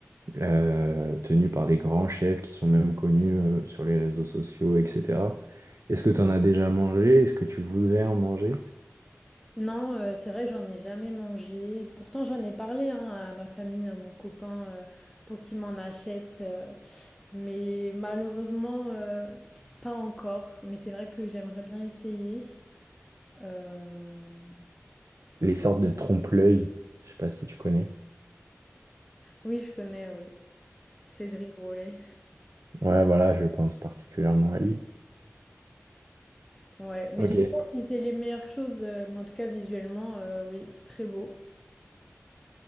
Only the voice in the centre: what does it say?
Non, euh, c'est vrai que j'en ai jamais mangé. Pourtant, j'en ai parlé hein, à ma famille, à mon copain, euh, pour qu'il m'en achète. euh, mais malheureusement, euh, pas encore. Mais c'est vrai que j'aimerais bien essayer. Euh,
Oui, je connais, oui. Cédric Grolet.
Ouais, mais
je sais pas si c'est les meilleures choses, euh, mais en tout cas, visuellement, euh, oui, c'est très beau.